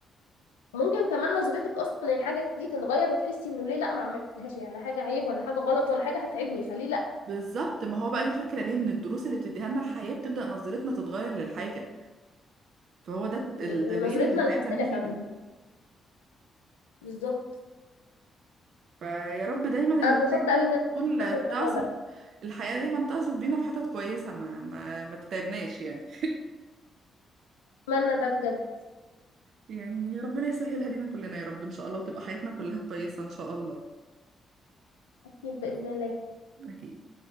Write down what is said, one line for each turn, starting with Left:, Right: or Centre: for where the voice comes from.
Left: ممكن كمان نظرتك اصلا للحاجه دي تتغير وتحسي انه ليه لا ما اعملهاش يعني لا حاجه عيب ولا حاجه غلط ولا حاجه هتعبني فليه لا
Right: بالظبط ما هو بقى دي الفكرة ليه من الدروس اللي بتديها لنا الحياة بتبدأ نظرتنا تتغير للحاجة فهو ده
Left: ب-
Right: التغيير
Left: ونظرتنا
Right: اللي الحياة
Left: لنفسنا
Right: بتعمله فينا
Left: كمان بالظبط
Right: فيا رب دايما الحياة
Left: انا اتبسطت قوي
Right: زي ما
Left: ان
Right: بتقول
Left: انا اتكلمنا في الموضوع
Right: تعصف
Left: ده
Right: الحياة دايما تعصف بينا في حتت كويسة ما ما, ما تتعبناش يعني
Left: اتمنى ده بجد
Right: يعني يا ربنا يسهلها لينا كلنا يا رب إن شاء الله وتبقى حياتنا كلها كويسة إن شاء الله
Left: اكيد باذن الله
Right: أكيد